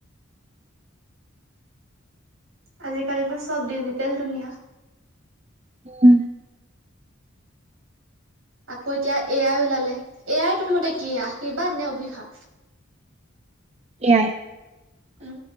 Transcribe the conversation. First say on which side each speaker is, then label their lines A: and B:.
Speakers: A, on the right (about 80°); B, on the right (about 30°).
A: আজিকালিতো চব ডিজিটেল দুনিয়া
B: উম
A: আকৌ এতিয়া এ আই ওলালে এ আই তোৰ মতে কি আশীৰ্বাদ নে অভিশাপ
B: এ আই
A: উম,